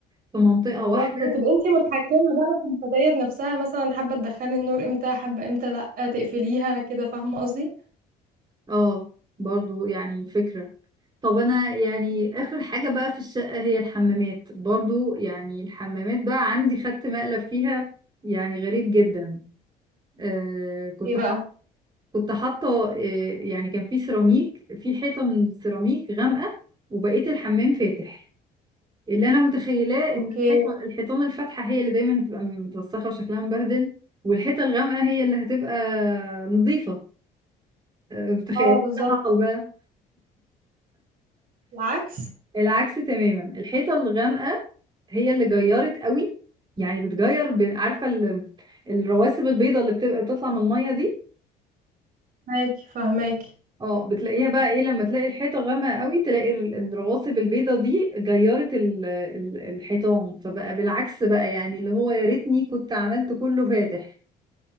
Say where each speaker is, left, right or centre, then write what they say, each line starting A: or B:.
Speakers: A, on the right; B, on the right.
A: في منطقه
B: بالظبط
A: واحده
B: وتبقى انتي متحكمة بقى في الستاير نفسها مثلا حابة تدخلي النور امتى حابة امتى لا تقفليها كده فاهمة قصدي
A: اه برضو يعني فكرة طب انا يعني اخر حاجة بقى في الشقة هي الحمامات برضو يعني الحمامات بقى عندي خدت مقلب فيها يعني غريب جدا آه كنت
B: ايه بقى
A: حط كنت حاطة آه يعني كان في سيراميك في حيطة من السيراميك غامقة وبقيت الحمام فاتح اللي انا متخيلاه
B: اوكي
A: ان الحيطة الحيطان الفاتحة هي اللي دايما هتبقى متوسخة وشكلها مبهدل والحيطة الغامقة هي اللي هتبقى نظيفة آه، متخيل
B: اه
A: إيه اللي
B: بالظبط
A: حصل بقى
B: العكس
A: العكس تماما الحيطة الغامقة هي اللي جيرت قوي يعني بتجير ب- عارفة ال- الرواسب البيضة اللي بتبقى بتطلع من المية دي
B: فاهماكي فاهماكي
A: اه بتلاقيها بقى ايه لما تلاقي الحيطة غامقة قوي تلاقي ال- الرواسب البيضة دي جيرت ال- ال- الحيطان فبقى بالعكس بقى يعني اللي هو يا ريتني كنت عملت كله فاتح